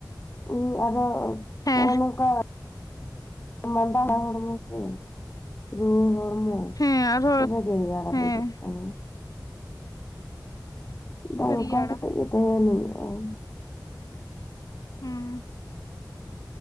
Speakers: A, on the left; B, on the left.
A: ᱦᱩᱸ ᱟᱨᱦᱚ
B: ᱦᱮᱸ
A: ᱦᱚᱸᱜ-ᱚ ᱱᱚᱝᱠᱟ, ᱢᱟᱸᱫᱟᱱᱟᱜ ᱦᱚᱲᱢᱚ ᱥᱮ ᱨᱩᱭᱟᱹ ᱦᱚᱲᱢᱚ᱾
B: ᱦᱮᱸ ᱟᱨᱦᱚᱸ
A: ᱫᱚᱢᱮ ᱜᱮ ᱨᱮᱭᱟᱲ
B: ᱦᱮᱸ
A: ᱵᱩᱡᱷᱟᱜ ᱠᱟᱱᱟ᱾ ᱟᱫᱚ
B: ᱦᱟᱹᱨᱭᱟᱹᱲᱟ
A: ᱚᱱᱠᱟ ᱠᱟᱛᱮᱜ ᱜᱮ ᱛᱟᱦᱮᱱ ᱦᱩᱭᱩᱜ-ᱟ᱾ ᱦᱩᱸ,
B: ᱦᱮᱸ